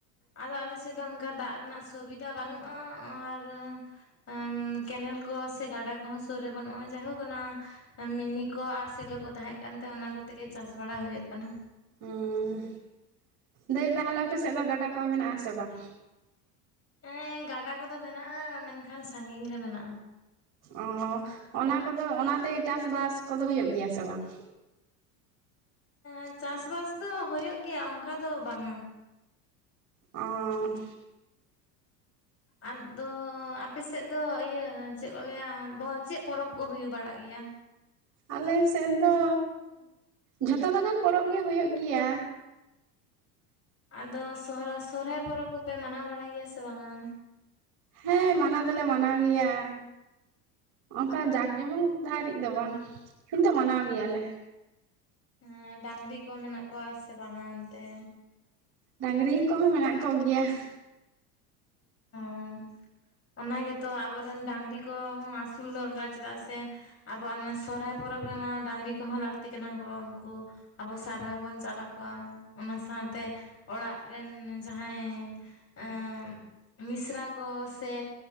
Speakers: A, on the left (about 30°); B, on the right (about 55°).
A: ᱟᱫᱚ ᱟᱞᱮ ᱥᱮᱫ ᱫᱚ ᱚᱱᱠᱟ ᱫᱟᱜ ᱨᱮᱱᱟᱜ ᱥᱩᱵᱤᱫᱷᱟ ᱵᱟᱹᱱᱩᱜᱼᱟ ᱾ ᱟᱨ ᱟᱸᱻ ᱠᱮᱱᱮᱞ ᱠᱚ ᱥᱮ ᱜᱟᱰᱟ ᱠᱚᱦᱚᱸ ᱥᱩᱨ ᱨᱮ ᱵᱟᱹᱱᱩᱜᱼᱟ ᱡᱟᱭᱦᱳᱠ ᱚᱱᱟ ᱢᱤᱱᱤ ᱠᱚ ᱟᱨ ᱥᱮᱞᱚ ᱠᱚ ᱛᱟᱦᱮᱸ ᱠᱟᱱ ᱛᱟᱦᱮᱸ ᱚᱱᱟ ᱠᱚᱛᱮᱜᱮ ᱪᱟᱥ ᱵᱟᱲᱟ ᱦᱩᱭᱩᱜ ᱠᱟᱱᱟ
B: ᱩᱸᱻ ᱫᱟᱹᱭ ᱛᱟᱦᱚᱞᱮ ᱟᱯᱮ ᱥᱮᱫ ᱫᱚ ᱜᱟᱰᱟ ᱠᱚ ᱢᱮᱱᱟᱜ ᱟᱥᱮ ᱵᱟᱝ?
A: ᱦᱮᱸ ᱜᱟᱰᱟ ᱠᱚᱫᱚ ᱢᱮᱱᱟᱜᱼᱟ ᱢᱮᱱᱠᱷᱟᱱ ᱥᱟᱺᱜᱤᱧ ᱨᱮ ᱢᱮᱱᱟᱜᱼᱟ
B: ᱚ ᱚᱱᱟ ᱠᱚᱫᱚ ᱚᱱᱟ ᱛᱮᱜᱮ ᱪᱟᱥᱵᱟᱥ ᱠᱚᱫᱚ ᱦᱩᱭᱩᱜ ᱜᱮᱭᱟ ᱥᱮ ᱵᱟᱝ
A: ᱮᱸ ᱪᱟᱥ-ᱵᱟᱥ ᱫᱚ ᱦᱩᱭᱩᱜ ᱜᱮᱭᱟ ᱚᱱᱠᱟ ᱫᱚ ᱵᱟᱝ
B: ᱚᱻ
A: ᱟᱫᱚ ᱟᱯᱮ ᱥᱮᱫ ᱫᱚ ᱤᱭᱟᱹ ᱪᱮᱫ ᱠᱚ ᱞᱟᱹᱭᱟ ᱵᱚ.. ᱪᱮᱫ ᱯᱚᱨᱚᱵᱽ ᱠᱚ ᱦᱩᱭ ᱵᱟᱲᱟᱜ ᱜᱮᱭᱟ?
B: ᱟᱞᱮ ᱥᱮᱫ ᱫᱚ ᱡᱷᱚᱛᱚ ᱞᱮᱠᱟᱱ ᱯᱚᱨᱚᱵᱽ ᱜᱮ ᱦᱩᱭᱩᱜ ᱜᱤᱭᱟ
A: ᱟᱫᱚ ᱥᱚᱦᱨᱟ... ᱥᱚᱨᱦᱟᱭ ᱯᱚᱨᱚᱵᱽ ᱠᱚᱯᱮ ᱢᱟᱱᱟᱣ ᱵᱟᱲᱟᱭ ᱜᱮᱭᱟ ᱥᱮ ᱵᱟᱝ-ᱟ
B: ᱦᱮᱸ ᱢᱟᱱᱟᱣ ᱫᱚᱞᱮ ᱢᱟᱱᱟᱣ ᱜᱮᱭᱟ ᱚᱱᱠᱟ ᱡᱟᱠ ᱡᱚᱢᱚᱠ ᱫᱷᱟᱹᱨᱤᱡ ᱫᱚ ᱵᱟᱝ ᱠᱤᱱᱛᱩ ᱢᱟᱱᱟᱣ ᱜᱮᱭᱟᱞᱮ
A: ᱦᱮᱸ ᱰᱟᱝᱨᱤ ᱠᱚ ᱢᱮᱱᱟᱜ ᱠᱚᱣᱟ ᱥᱮ ᱵᱟᱝᱟ ᱚᱱᱛᱮ?
B: ᱰᱟᱝᱨᱤ ᱠᱚᱦᱚᱸ ᱢᱮᱱᱟᱜ ᱠᱚ ᱜᱮᱭᱟ ᱾
A: ᱚᱸᱦ ᱚᱱᱟ ᱜᱮᱛᱚ ᱟᱵᱚᱨᱮᱱ ᱰᱟᱹᱝᱨᱤ ᱠᱚ ᱦᱚᱸ ᱟᱹᱥᱩᱞ ᱫᱚᱨᱠᱟᱨ ᱪᱮᱫᱟᱜ ᱥᱮ ᱟᱵᱚᱣᱟᱜ ᱱᱚᱶᱟ ᱥᱚᱨᱚᱦᱟᱭ ᱯᱚᱨᱚᱵᱽ ᱨᱮᱢᱟ ᱰᱟᱝᱨᱤ ᱠᱚᱦᱚᱸ ᱞᱟᱹᱠᱛᱤ ᱠᱟᱱᱟ ᱠᱚ ᱩᱱᱠᱩ ᱟᱵᱚ ᱥᱟᱨᱦᱟᱣ ᱵᱚᱱ ᱪᱟᱞᱟᱠᱚᱣᱟ ᱚᱱᱟ ᱥᱟᱶᱛᱮ ᱚᱲᱟᱜ ᱨᱮᱱ ᱡᱟᱦᱟᱸᱭ ᱟᱸᱻ ᱢᱤᱥᱨᱟ ᱠᱚ ᱥᱮ